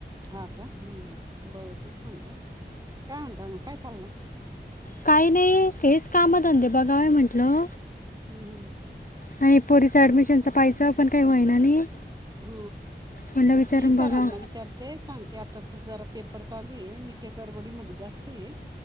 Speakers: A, on the right; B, on the left.
A: हां का हम्म बरं तेच म्हणलं काय म्हणता म काय चालु
B: काही नाही तेच काम धंदेबागा आहे म्हटलं
A: हम् हम्
B: आणि पोरीचं ॲडमिशनचं पाहिजं पण काही हो्हायना नाही
A: ह
B: म्हणलं विचारून
A: मी सरांना
B: बघा
A: विचारत ते सांगते आता जरा पेपर चालू आहे मी त्या करबडीमध्ये जास्त आहे